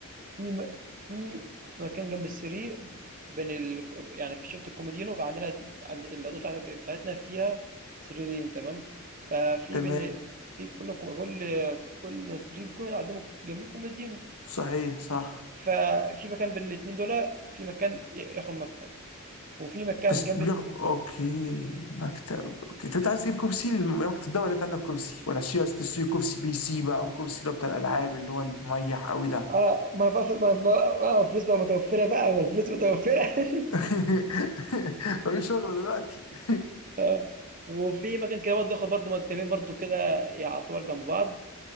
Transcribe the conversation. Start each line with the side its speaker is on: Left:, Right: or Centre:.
Right: في م... في مكان جنب السرير بين ال... يعني في شفت الكوميدينو وعندنا عند الأوضة بتاعت... بتاعتنا فيها سريرين تمام ففي
Left: تمام
Right: بين في كل كل كل سرير بيكون قدامه جنبيه كوميدينو
Left: صحيح صح
Right: ففي مكان بين الاتنين دول في مكان ي- ياخد مكتب وفي مكان
Left: بس
Right: جنب الت-
Left: يا اوكي مكتب اوكي طب انت عايز تجيب كرسي لمكتب ده ولا انت عندك كرسي ولا عشان عايز تشتري كرسي بي سي بقى او كرسي اللي هو بتاع الالعاب اللي هو المريح قوي ده
Right: آه، ما بقى ف ما ب آه، الفلوس بقى متوفّرة بقى، ما الفلوس متوفّرة <laughs>
Left: <laughs> مفيش شغل دلوقتي <laughs>
Right: آه، وفي مكان كده برضه آخد برضه مكتبين برضه كده يعتبر جنب بعض